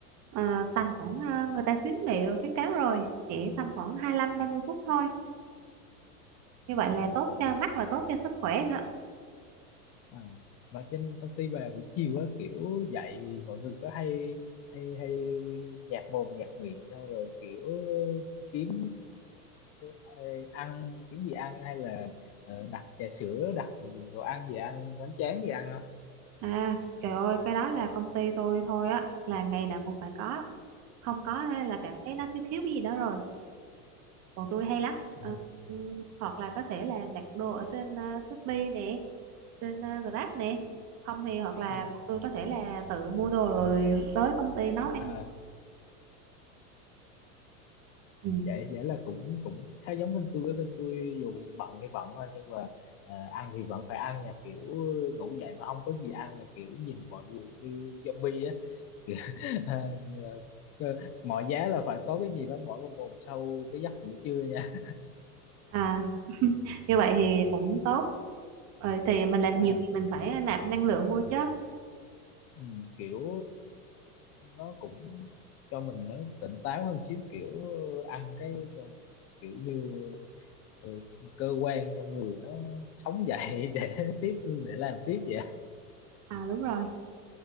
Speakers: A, on the right; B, on the left.
A: Ờ, tầm khoảng ờ, người ta khuyến nghị rồi khuyến cáo rồi chỉ tầm khoảng 25 30 phút thôi như vậy là
B: à,
A: tốt cho mắt và tốt cho sức khỏe nữa
B: à. mà trên công ty bà buổi chiều á kiểu dậy mọi người có hay hay hay nhạt mồm nhạt miệng xong rồi kiểu kiếm ờ, ăn kiếm gì ăn hay là ờ, đặt trà sữa đặt đồ ăn gì ăn bánh tráng gì ăn không
A: À, trời ơi, cái đó là công ty tôi thôi á, là ngày nào cũng phải có, không có thế là cảm thấy nó thiếu thiếu cái gì đó rồi. Bọn tôi hay lắm, Ờ,
B: à,
A: ừm, hoặc là có thể là đặt đồ ở trên ờ, Shopee nè, trên ờ, Grab nè, không thì hoặc là
B: à,
A: bọn tôi có thể là tự mua đồ rồi tới công ty nấu ăn.
B: à,
A: Ừ.
B: vậy vậy là cũng cũng khá giống bên tôi Với bên tôi dù bận thì bận thôi nhưng mà à, ăn thì vẫn phải ăn nha kiểu ngủ dậy mà không có gì ăn là kiểu nhìn mọi người như zombie á Kiểu, <laughs> à, ờ, mọi giá là phải có cái gì đó bỏ vào mồm sau cái giấc ngủ trưa nha
A: À, như vậy thì cũng tốt. Ờ, thì mình làm
B: mà
A: nhiều thì mình phải nạp năng lượng vô chứ.
B: ừ, kiểu nó cũng cho mình nó tỉnh táo hơn xíu kiểu ăn cái cho- kiểu như ừ, cơ quan trong người nó sống dậy <laughs> để tiếp để làm tiếp vậy
A: À đúng rồi.